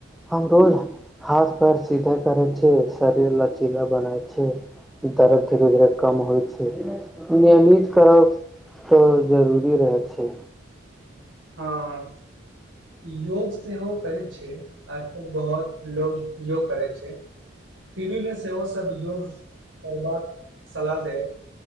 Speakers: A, in the centre; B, on the right.
A: हम रोज हाथ पैर सीधा करै छिय शरीर लचीला बनै छै दर्द धीरे धीरे कम होइ छै नियमित करब तऽ जरूरी रह छै
B: हँ ह योग सेहो करैत छैिय आजकल बहुत लोको योग करै छै टीवी मे सेहो सभ योग करबाक सलाह दै